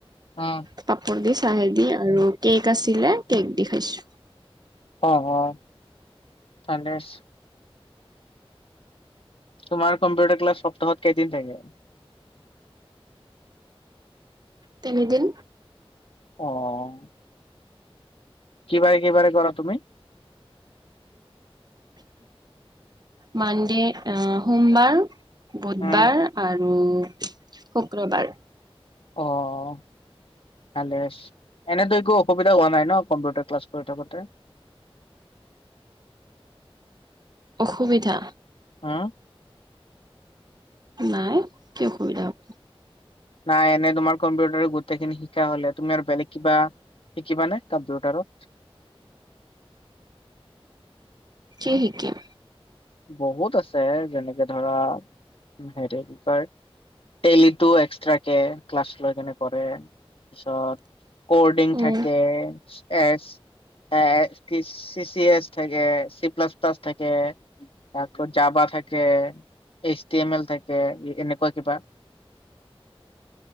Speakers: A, on the left (about 65°); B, on the right (about 45°).
A: অ'।
B: পাপৰ দি, চাহে দি আৰু কেক আছিলে, কেক দি খাইছোঁ।
A: অ', অ', ভালে হৈছে। তোমাৰ কম্পিউটাৰ ক্লাছ সপ্তাহত কেইদিন থাকে।
B: তিনিদিন।
A: অ'। কি বাৰে, কি বাৰে কৰা তুমি?
B: মানডে', আহ' সোমবাৰ, বুধবাৰ
A: উম।
B: আৰু শুক্ৰবাৰ।
A: অহ'। ভালে আছে। এনেদৰে একো অসুবিধা হোৱা নাই ন, কম্পিউটাৰ ক্লাছ কৰি থাকোতে?
B: অসুবিধা?
A: উম।
B: নাই, কি অসুবিধা হ'ব।
A: নাই, এনে তোমাৰ কম্পিউটাৰ গোটেইখিনি শিকা হ'লে, তুমি আৰু বেলেগ কিবা শিকিবানে কম্পিউটাৰত?
B: কি শিকিম?
A: বহুত আছে, যেনেকে ধৰা হেৰি কি কয়, টেলিটো এক্সট্ৰাক কে ক্লাছ লৈ কেনে কৰে, পিছত কৰ্ডিং থাকে,
B: উম
A: এছ এ এ কি চি চি এছ থাকে, চি প্লাছ প্লাছ থাকে। তা যাবা থাকে, এইচটি এম এল থাকে, এনেকুৱা কিবা